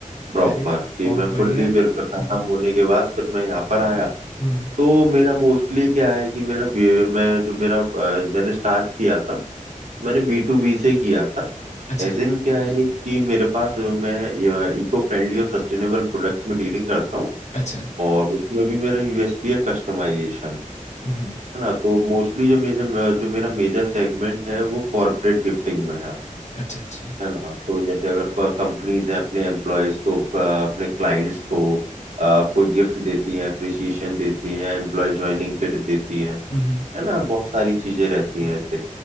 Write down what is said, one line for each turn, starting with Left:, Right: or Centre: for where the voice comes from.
Right: प्रॉपर
Left: अरे
Right: कि
Left: बहुत
Right: मैं
Left: बढ़िया
Right: फुल्ली फिर खत्म
Left: हम्म
Right: होने के बाद फिर मैं यहाँ पर आया
Left: हम्म,
Right: तो मेरा मोस्टली क्या है कि मेरा बी- मैं जो मेरा अ, मैंने स्टार्ट किया था मैंने बी टू बी से किया था
Left: अच्छा
Right: एज इन क्या है कि मेरे पास अ, मैं इको फ्रेंडली और सस्टेनेबल प्रोडक्ट्स में डीलिंग करता हूँ
Left: अच्छा
Right: और उसमें भी मेरा यूएसपी है कस्टमाइजेशन
Left: हम्म
Right: है ना तो मोस्टली जो मेरा जो मेरा मेजर सेगमेंट है वो कॉर्पोरेट गिफ्टिंग में है
Left: अच्छा अच्छा
Right: है ना तो जैसे अगर कंपनीज हैं अपने एम्प्लॉयज को अ, अपने क्लाइंट्स को अ, कोई गिफ्ट देती है अप्रिसिएशन देती है या एम्प्लॉय ज्वाइनिंग किट देती है
Left: हम्म
Right: है ना बहुत सारी चीजें रहती हैं ऐसे